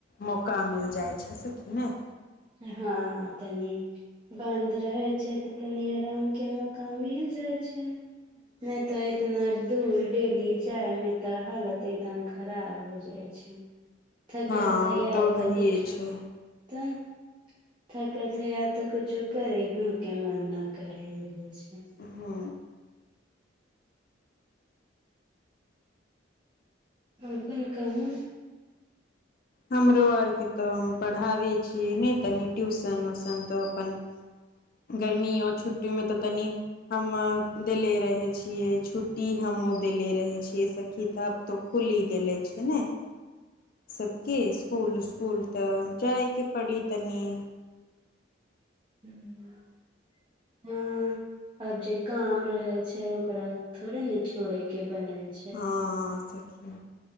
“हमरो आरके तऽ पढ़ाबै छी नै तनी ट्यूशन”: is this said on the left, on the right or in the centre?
Left